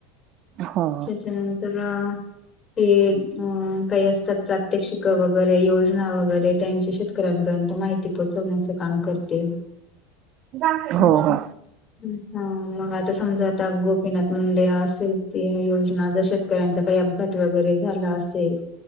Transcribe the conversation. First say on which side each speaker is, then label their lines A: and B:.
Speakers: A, on the right (about 50°); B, on the left (about 30°).
A: हो
B: त्याच्यानंतर अ ते अ काही असतात प्रात्यक्षिक वगैरे, योजना वगैरे, त्यांच्याशी घरापर्यंत माहिती पोहचवण्याच काम करते.
A: हो
B: अच्छा.
A: हो
B: हा मग आता समजा आता गोपीनाथ मुंडे असेल. ते योजना जर शेतकऱ्यांचा काही अपघात वगैरे झाला असेल.